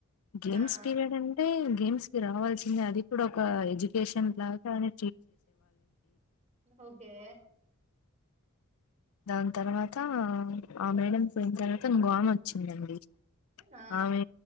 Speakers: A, on the left; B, on the right.
A: గేమ్స్
B: ఆ
A: పీరియడ్ అంటే గేమ్స్ కి రావాల్సిందే అది కూడా ఒక ఎడ్యుకేషన్ లాగ అని
B: ఓకే
A: దాని తర్వాత ఆ మేడం పోయిన తర్వాత ఇంగో మేడం వచ్చిందండి
B: ఆ
A: ఆమె